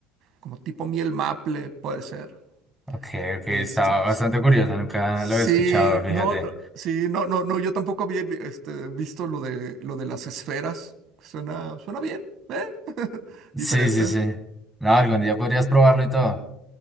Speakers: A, on the right; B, in the centre.
A: como tipo miel maple, puede ser.
B: ok, ok,
A: Este,
B: estaba
A: es-
B: bastante curiosa, nunca
A: sí,
B: lo había escuchado, fíjate.
A: no, no, sí, no, no, no, yo tampoco había vi- este, visto lo de, lo de las esferas. Suena, suena bien, ¿eh? <laughs>
B: Sí,
A: Diferente.
B: sí, sí. No, algún día podrías probarlo y todo.